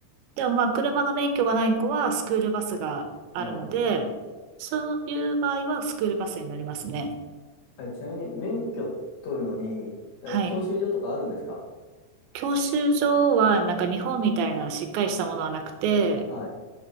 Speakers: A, on the right; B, on the left.
A: でもまあ、車の免許がない子はスクールバスがあるので、
B: うん。
A: そういう場合はスクールバスに乗りますね。
B: え、ちなみに免許取るのに、あ教習所とかあるんですか
A: はい。教習所はなんか日本みたいなしっかりしたものはなくて、
B: はい。